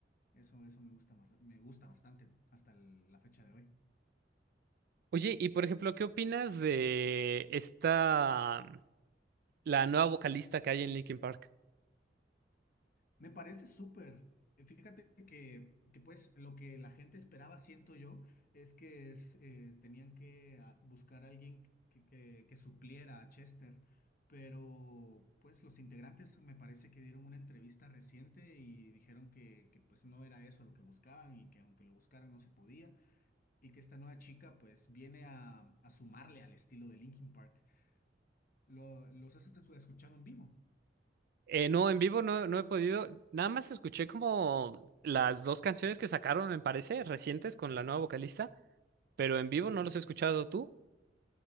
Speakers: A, on the left; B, on the right.
A: Eso, eso me gusta, bast- me gusta bastante hasta el- la fecha de hoy.
B: Oye, y por ejemplo, ¿qué opinas de esta, la nueva vocalista que hay en Linkin Park?
A: Me parece súper. Eh, Fíjate que, que, pues lo que la gente esperaba, siento yo, es que es, eh, tenían que ah, buscar a alguien que, que- que supliera a Chester, pero pues los integrantes me parece que dieron una entrevista reciente y dijeron que, que pues no era eso lo que buscaban y que aunque lo buscaran no se podía y que esta nueva chica pues viene a, a sumarle al estilo de Linkin Park. Lo, los has escuchado en vivo.
B: Eh, no, en vivo no, no he podido. Nada más escuché como las dos canciones que sacaron, me parece, recientes con la nueva vocalista, pero en vivo
A: Así.
B: no los he escuchado tú. <gasps>